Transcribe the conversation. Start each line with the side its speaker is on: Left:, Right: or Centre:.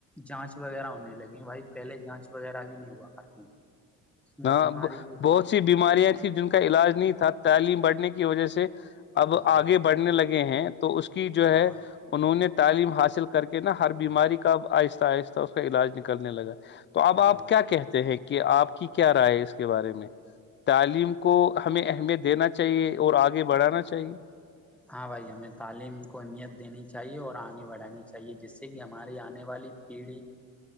Centre: جانچ وغیرہ ہونے لگی بھائی پہلے جانچ وغیرہ بھی نہیں ہوا کرتی تھی اس میں
Left: ہاں
Centre: بیماری کی
Left: بہت سی بیماریاں تھیں جن کا علاج نہیں تھا تعلیم بڑھنے کی وجہ سے اب
Centre: ہاں
Left: آگے
Centre: بھائی
Left: بڑھنے لگے ہیں تو اس کی جو ہے
Centre: ہاں بھائی
Left: انہوں نے تعلیم حاصل کر کے نا ہر بیماری کا آہستہ آہستہ اس کا علاج نکلنے لگا تو اب
Centre: ہاں
Left: آپ
Centre: بھائی
Left: کیا کہتے ہیں کہ آپ کہ کیا رائے ہے اس کے بارے میں تعلیم کو ہمیں اہمیت دینا چاہیے اور آگے بڑھانا چاہیے
Centre: ہاں بھائی ہمیں تعلیم کو اہمیت دینی چاہیے اور آگے بڑھانی چاہیے جس سے کہ ہماری آنے والی پیڑھی